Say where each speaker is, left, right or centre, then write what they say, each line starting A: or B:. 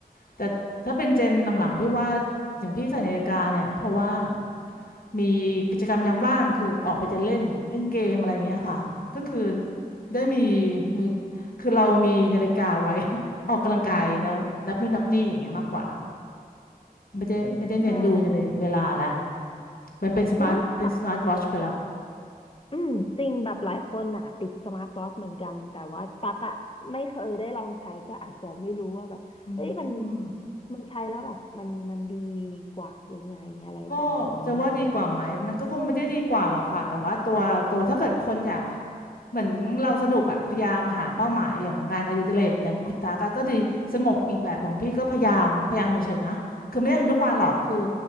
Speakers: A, on the left; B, on the left.
A: แต่ถ้าเป็นเจนหลังๆพี่ว่าอย่างพี่ใส่นาฬิกาเนี่ยเพราะว่ามีกิจกรรมยามว่างคือออกไปจะเล่นเล่นเกมอะไรอย่างเงี้ยค่ะก็คือได้มีมือคือเรามีนาฬิกาไว้ <laughs> ออกกำลังกายแล้วนับนู่นนับนี่อย่างเงี้ยมากกว่าไม่ได้ไม่ได้เน้นดูเลยเวลาละ
B: ใช่
A: มันเป็นสมาร์ทเป็นสมาร์ทวอทช์ไปละ
B: แล้วป อืมจริงแบบหลายคนน่ะติดสมาร์ทวอทช์เหมือนกันแต่ว่าตักอะไม่เคยได้ลองใช้ก็อาจจะไม่รู้ว่าแบบเอ้ยมัน
A: อืม
B: มันใช้แล้วแบบมันมันดีกว่ายังไงอะไรประมาณเนี้ยค่ะ
A: ก็จะว่าดีกว่าไหมมันก็คงไม่ได้ดีกว่าหรอกค่ะแต่ว่าตัวตัวถ้าเกิดคนอยากเหมือนเราสนุกอะพยายามหาเป้าหมายอย่างงานอดิเรกอย่างคุณตาก็ก็ดีสงบอีกแบบของพี่ก็พยายามพยายามเฉยๆนะคือไม่ได้ทำทุกวันหรอกคือ